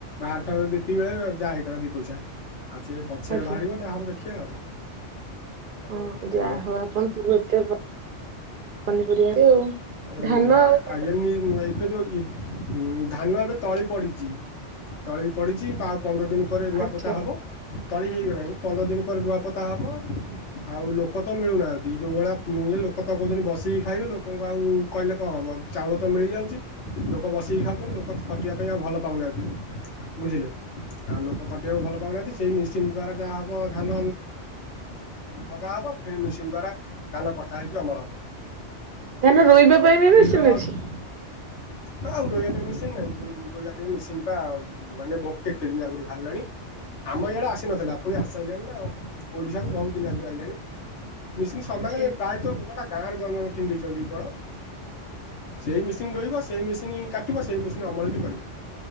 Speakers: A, on the left (about 70°); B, on the right (about 55°).
A: ବାହାରି ଥାନ ଯଦି ଏତିକି ବେଳେ ଯାହା ହୋଇଥାନ୍ତା ଦିଇ ପଇସା ଆଉ ସେଏ ପଛରେ
B: ଆଜ୍ଞା
A: ବାହାରିବ ଯାହାହବ ଦେଖିବା ଆଉ।
B: ହଁ
A: ଆଜ୍ଞା
B: ଯାହଉ ଆପଣ ସବୁ ଏତେ ପନିପରିବା ଆଉ।
A: <inaudible> ଏବେ
B: ଧାନ ଆଉ କାଟା
A: ଯୋଉ ଧାନ ଏବେ ତଳି ପଡିଛି। ତଳି ପଡିଛି ଆଉ ପନ୍ଦର ଦିନ ପରେ ରୁଆ
B: ଆଚ୍ଛା
A: ପୋତା ହବ ତଳି ହେଇଗଲାଣି ପନ୍ଦର ଦିନ ପରେ ରୁଆ ପୋତା ହବ। ପୋତା ହବ ଆଉ ଲୋକ ତ ମିଳୁନାହାନ୍ତି ଯୋଉ ଭଳିଆ ଇଏ ଲୋକ ତ କୋଉଛନ୍ତି ବସିକି ଖାଇବେ ଲୋକ ତାଙ୍କୁ ଆଉ କହିଲେ କଣ ହେବ ଚାଉଳ ତ ମିଳିଯାଉଛି ଲୋକ ବସିକି ଖାଉଛନ୍ତି ଲୋକ ଖଟିବା ପାଇଁ ଆଉ ଭଲ ପାଉନାହାନ୍ତି ବୁଝିଲେ ଆଉ ଲୋକ ଖଟିବାକୁ ଭଲ ପାଉନାହାନ୍ତି। ସେହି ମେସିନ୍ ଦ୍ବାରା ଯାହା ହବ ଧାନ ଲଗାହବ ଫେଣି ମେସିନ୍ ଦ୍ବାରା ଧାନ କଟା ହେଇକି ଅମଳ ହବ।
B: ଧାନ ରୋଇବା ପାଇଁ ବି
A: ଆ ବିଲ
B: ମେସିନ୍
A: ଆଉ
B: ଅଛି?
A: ରହିବା ପାଇଁ ମେସିନ ନାହିଁ ରହିବା ପାଇଁ ମେସିନ୍ ପା ମାନେ ବ କେତେ ଦିନ ଆଗରୁ ବାହାରିଲାଣି। ଆମ ଇଆଡେ ଆସିନଥିଲା ପୁଣି ଆସି ଆଇିଲାଣି ନା ଆଉ ଓଡିଶା କୁ ବହୁତ ଦିନ ଆଗରୁ ଆସିଲାଣି। ମିଶନ ସମାନେ
B: ଆଚ୍ଛା
A: ପ୍ରାୟତଃ ଗୋଟା ଗୋଟା ଗାଁ ରେ ଜଣେ ଜଣେ କିଣି ଦେଇଛନ୍ତି କଣ। ସେଇ ମେସିନ ରୋଇବ ସେଇ ମେସିନ କାଟିବ ସେଇ ମେସିନ ଅମଳ ବି କରିବ।